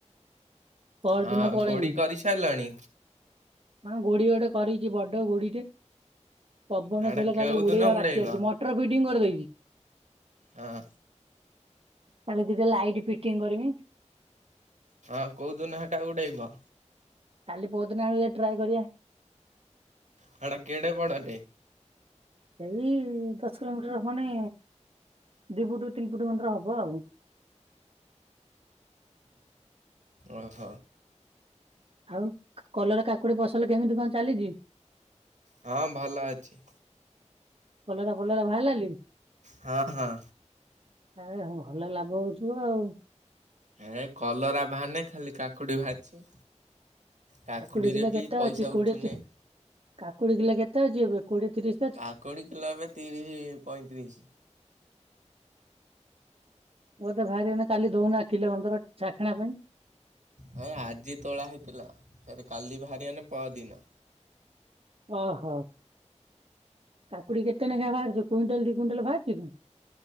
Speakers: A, on the right; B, on the right.
A: ପର
B: ହଁ
A: ଦିନ ପଳେଇମୁ।
B: କୋଡି କରି ସାରିଲାଣି?
A: ହଁ ଗୁଡି ଗୋଟେ କରିଛି ବଡ ଗୁଡି ଟେ। ପବନଦେଲେ
B: ହାଡା କେଉଦିନ
A: କାଲେ ଉଡେଇବା
B: ଉଡେଇବ
A: ବାକି ଅଛି, ମଟର ଫିଡିଙ୍ଗ୍ କରିଦେଇଛି।
B: ହଁ।
A: କାଲି ଦିଟା ଲାଇଟ୍ ଫିଟିଙ୍ଗ୍ କରିବି।
B: ହଁ କୋଉଁ ଦୁନ ହେଟା ଉଡେଇବ?
A: କାଲି ପଦିନ ଆଡୁ କୁ ଟ୍ରାଏ କରିବା।
B: ହେଡା କେଡେ ବଡଟେ?
A: ଏଇ ଦଶ କିଲୋମିଟର୍ ହବନି ଦି ଫୁଟ୍ ତିନି ଫୁଟ୍ ଭିତରେ ହବ ଆଉ।
B: ଓହ।
A: ଆଉ କଲରା କାକୁଡି ଫସଲ କେମିତି କଣ ଚାଲିଛି?
B: ହଁ ଭଲ ଅଛି।
A: କଲରା ଫଲରା ବାହାରିଲାନି?
B: ହଁ ହଁ
A: ଆରେ ଭଲ ଲାଭ ହଉଥୁବ ଆଉ।
B: ହେ କଲରା ବାହାନି ଖାଲି କାକୁଡି ବାହାରିଛି। କାକୁଡିରେ
A: କାକୁଡି କିଲୋ କେତେ
B: ବି ପଇସା
A: ଅଛି କୋଡିଏ
B: ଉଠୁନି।
A: ତି କାକୁଡି କିଲ କେତେ ଅଛି ଏବେ କୋଡିଏ ତିରିଶ୍?
B: କାକୁଡି କିଲ ଏବେ ତିରିଶ୍ ପଇଁତିରିଶ୍।
A: ବୋଧେ ଭାରିବ ନା କାଲି ଦଉନା କିଲେ କନ୍ତର ଚାଖନା ପାଇଁ।
B: ହେ ଆଜି ତୋଳା ହେଇଥିଲା, ଫେରେ କାଲି ବାହାରିବନି ପଅଦିନ।
A: ଓହ। କାକୁଡି କେତେ ନେଖା ବାହାରୁଛି କୁଇଣ୍ଟାଲ୍ ଦି କୁଇଣ୍ଟାଲ୍ ବାହାରୁଛିି?